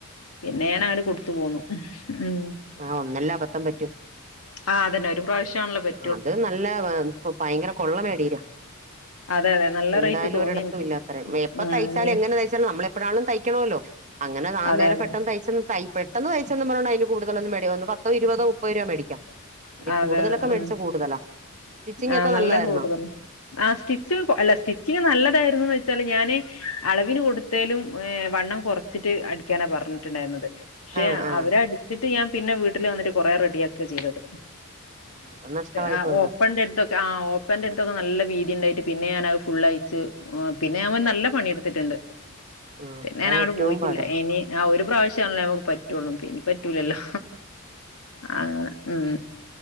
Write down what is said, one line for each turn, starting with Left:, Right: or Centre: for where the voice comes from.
Left: പിന്നെ ഞൻ അങ്ങട് കൊടുത്തു പോന്നു ഉം
Right: ആഹ് ഒന്നല്ലേ അബദ്ധം പറ്റൂ
Left: ആ അതന്നെ ഒരു പ്രാവശ്യാണല്ലോ പറ്റ
Right: അത് നല്ല ഭഭയങ്കര കൊള്ളനേടീര്യ
Left: അതെ അതെ നല്ല
Right: എന്തായലും
Left: റേറ്റ് തോന്നി
Right: ഒരിടത്തും
Left: എനിക്ക്
Right: ഇല്ലാത്ര എപ്പതയ്ച്ചാല്എങ്ങനെതയ്ച്ചാലും
Left: ഉം ഞ-
Right: നമ്മള്എപ്പഴാണും തയ് ക്ക്യണോല്ലോ അങ്ങനെന്നാനേരം
Left: അതെ അതെ
Right: പെട്ടെന്ന്തയ്ച്ച് തൈപെട്ടെന്ന്തയ്ച്ചന്ന്പറഞ്ഞോണ്ട് അയിന് കൂടുതലൊന്നും മേടികഒന്ന് പത്തോഇരുപതോമുപ്പത് രൂപ മേടിക്കാം അതീ
Left: അതെ
Right: കൂടുതലൊക്കെ
Left: അതെ ഉം
Right: മേടിച്ച കൂടുതലാ സ്റ്റിച്ചിങ്
Left: ആഹ്
Right: ഒക്കെ
Left: നല്ലകൂടുതല്
Right: നല്ലതായിരുന്നോ
Left: ആഹ് സ്റ്റിച്ച് അല്ലസ്റ്റിച്ചിങ് നല്ലതായിരുന്നുന്ന് വെച്ചാല്ഞാന് അളവിന്കൊട് ത്തേലും ഏഹ് വണ്ണംകുറച്ചിട്ട് അടിക്കാനാ പറഞ്ഞിട്ടുണ്ടായിരുന്നത് പക്ഷെ
Right: ആഹ് ആഹ്
Left: അവരടിച്ചിട്ട് ഞാൻ പിന്നെവീട്ടില് വന്നിട്ട് കൊറെ റെഡിയാക്കചെയ്തത്
Right: അത് നഷ്ടമായി
Left: ആഹ്
Right: പോയല്ലോ
Left: ഓപ്പൺ ഡെഡോ ആഹ് ഓപ്പൺന്റെടുത്തൊക്കെ നല്ല വീതിണ്ടായിട്ട് പിന്നെ ഞാനഹ് ഫുള്ള് അയിച്ച് പിന്നെ ഞാമൽ നല്ലപണിയെടുത്തിട്ട്ണ്ട്
Right: ഉം
Left: പിന്നെ
Right: അതാ
Left: ഞാനാങ്ങട്ട്
Right: ഏറ്റവും
Left: പോയിട്ടില്ല
Right: പാട്
Left: ഇനി ആഹ് ഒരു പ്രാവശ്യം ആണല്ലേ നമുക്ക് പറ്റൊള്ളൂ പിഇനിപറ്റൂലല്ലോ അങ്ങനെ ഉം